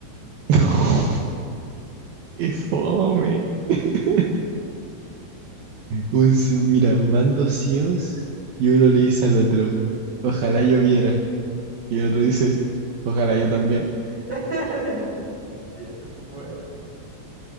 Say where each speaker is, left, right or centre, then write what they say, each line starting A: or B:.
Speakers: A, on the right; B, on the right.
A: <laughs> ¡Qué fome! <laughs> Un ci- mira, van dos ciegos y uno le dice al otro, ojalá yo viera. Y el otro dice, ojalá yo también.
B: <laughs> <laughs> Sí, eso es bueno.